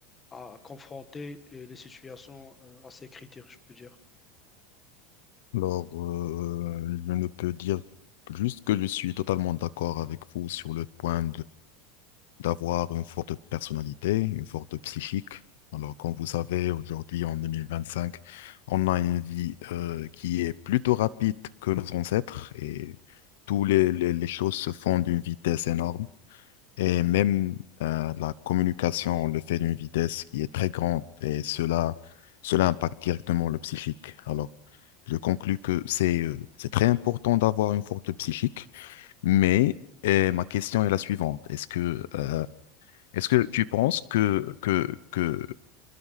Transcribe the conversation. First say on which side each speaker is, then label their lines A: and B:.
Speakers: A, on the left; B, on the left.
A: à confronter euh, les situations euh, à ces critères, je peux dire.
B: Alors, euh, je ne peux dire juste que je suis totalement d'accord avec vous sur le point d'avoir une forte personnalité, une forte psychique. Alors, comme vous savez, aujourd'hui, en 2025, on a une vie euh, qui est plutôt rapide que nos ancêtres et toutes les, les- les choses se font d'une vitesse énorme. Et même euh, la communication, on le fait d'une vitesse qui est très grande et cela, cela impacte directement le psychique. Alors, je conclus que c'est euh, c'est très important d'avoir une forte psychique, mais et ma question est la suivante. Est-ce que euh, est-ce que tu penses que, que, que,